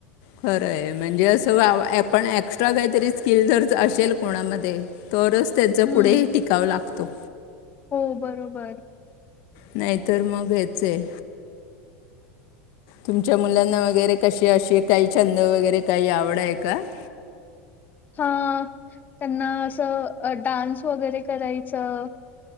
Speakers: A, on the left; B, on the left.
A: खरंय म्हणजे असं आपण एक्स्ट्रा काहीतरी स्किल जर असेल कोणामध्ये. तरच त्यांचां
B: हम्म.
A: पुढेही टिकाव लागतो.
B: हो बरोबर.
A: नाहीतर मग घ्यायचय. तुमच्या मुलांना वगैरे कशी अशी काही छंद वगैरे काही आवड आहे का. <inaudible>
B: हा त्यांना असं डान्स वगैरे करायचं.